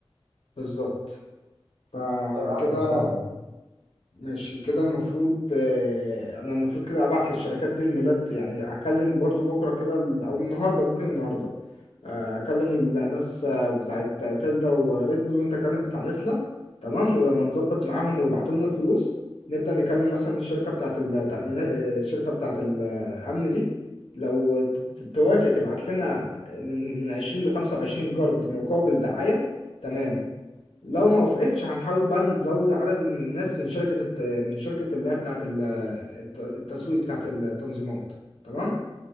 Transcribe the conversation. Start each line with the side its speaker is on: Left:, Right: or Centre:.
Left: بالظبط فكده
Right: حتى القعدة نفسها
Left: ماشي كده المفروض آه، انا المفروض كده ابعت للشركات دي الميلاد يعني هكلم برضو بكره كده ال- او النهارده ممكن النهارده آه، اكلم الناس آه، بتاعت تلدا وريد بول وانت كلم بتاع نسله تمام ولما نظبط معاهم ويبعتوا لنا الفلوس نبدا نكلم مثلا الشركه بتاعت التامينات آه، الشركه بتاعت الامن دي لو ت- ت- توافق تبعت لنا من من 20 ل 25 جرد مقابل دعايه تمام لو ما وافقتش هنحاول بقى نزود عدد ال- الناس من شركة الت... من شركة اللي هي بتاعة ال- الت- التسويق بتاعة التنظيمات تمام